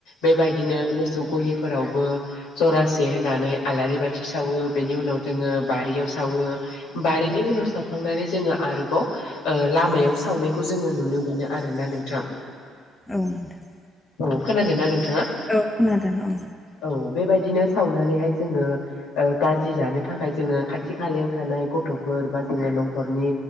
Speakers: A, on the left; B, on the left.
A: बेबायदिनो मोसौ गलि फोरावबो जरासे होनानै आलारि बा थि सावो बेनि उनाव जोङो बारियाव सावो बारिनि उनाव साव खांनानै जोङो आरोबाव ओ लामायाव सावनायखौ जोङो नुनो मोनो आरोना नोंथां।
B: औ नोंथां।
A: औ खोनादों ना नोंथाङा?
B: औ खोनादों औ।
A: औ बेबायदिनो सावनानैहाय जोङो ओ गाजि जानो थाखाय जोङो खाथि खालायाव थानाय गथ'फोर बा जोङो न'खरनि